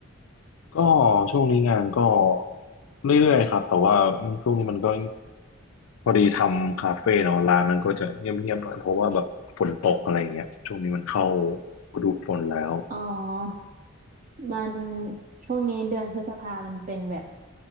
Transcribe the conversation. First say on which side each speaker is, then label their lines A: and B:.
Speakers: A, on the left; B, on the right.
A: ก็ช่วงนี้งานก็เรื่อยๆครับแต่ว่าช่วงนี้มันก็พอดีทำคาเฟ่เนาะร้านมันก็จะเงียบๆหน่อยเพราะว่าแบบฝนตกอะไรอย่างเงี้ยช่วงนี้มันเข้าฤดูฝนแล้ว
B: อ๋อมันช่วงนี้เดือนพฤษภามันเป็นแบบ